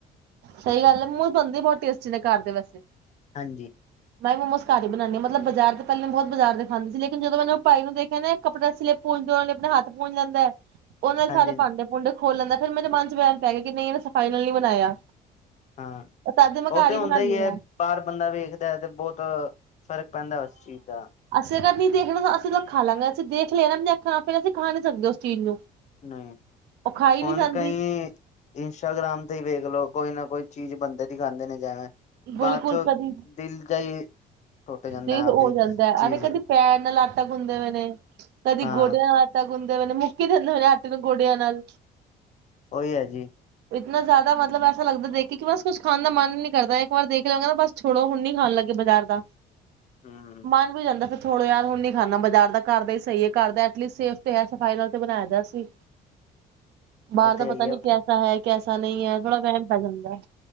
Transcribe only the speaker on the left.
ਹਾਂਜੀ
ਹਾਂਜੀ
ਹਾਂ,
ਉਹ
ਤੇ
ਹੁੰਦਾ
ਈ ਏ,
ਬਾਹਰ ਬੰਦਾ ਵੇਖਦਾ ਐ ਤੇ ਬਹੁਤ ਫ਼ਰਕ ਪੈਂਦਾ ਉਸ ਚੀਜ਼ ਦਾ।
ਨਈ
ਹੁਣ
ਕਈ ਇੰਸਟਾਗ੍ਰਾਮ ਤੇ ਈ ਵੇਖ ਲੋ, ਕੋਈ ਨਾ ਕੋਈ ਚੀਜ਼ ਬੰਦੇ ਦੀ ਖਾਂਦੇ ਨੇ ਜਿਵੇ
ਬਾਅਦ ਚੋਂ
ਦਿਲ ਜਾ ਈ, ਟੁੱਟ ਜਾਂਦਾ
ਹਾ ਵੀ
ਚੀਜ਼।
ਹਾਂ
ਉਹੀ ਐ ਜੀ,
ਹੂੰ
<inaudible>
ਤੇ
ਹੀ
ਹੈ